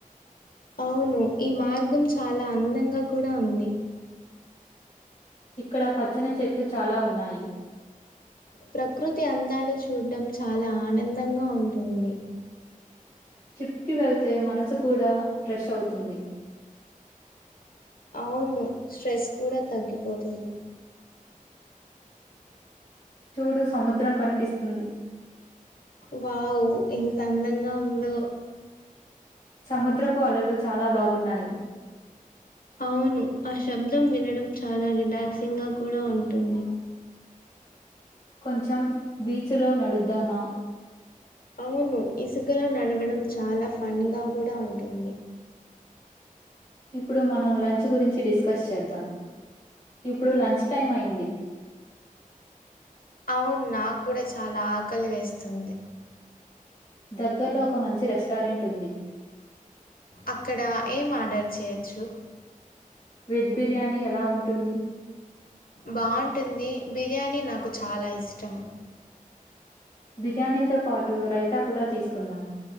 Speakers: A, on the left (about 90°); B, on the left (about 50°).
A: అవును ఈ మార్గం చాలా అందంగా కూడా ఉంది
B: ఇక్కడ పచ్చని చెట్లు చాలా ఉన్నాయి
A: ప్రకృతి అందాలు చూడటం చాలా ఆనందంగా ఉంటుంది
B: ట్రిప్పుకు వెళ్తే మనసు కూడా ఫ్రెష్ అవుతుంది
A: అవును స్ట్రెస్ కూడా తగ్గిపోతుంది
B: చూడు సముద్రం కనిపిస్తుంది
A: వావ్ ఎంత అందంగా ఉందో
B: సముద్రపు అలలు చాలా బాగున్నాయి
A: అవును ఆ శబ్దం వినడం చాలా రిలాక్సింగ్ గా కూడా ఉంటుంది
B: కొంచెం బీచులో నడుద్దామా
A: అవును ఇసుకలో నడవడం చాలా ఫన్ గా కూడా ఉంటుంది
B: ఇప్పుడు మనం లంచ్ గురించి డిస్కస్ చేద్దాం ఇప్పుడు లంచ్ టైం అయింది
A: అవును నా కూడా చాలా ఆకలి వేస్తుంది
B: దగ్గర్లో ఒక మంచి రెస్టారెంట్ ఉంది
A: అక్కడ ఏం ఆర్డర్ చేయొచ్చు
B: వెజ్ బిర్యానీ ఎలా ఉంటుంది
A: బాగుంటుంది బిర్యానీ నాకు చాలా ఇష్టం
B: బిర్యానీతో పాటు రైతా కూడా తీసుకుందాం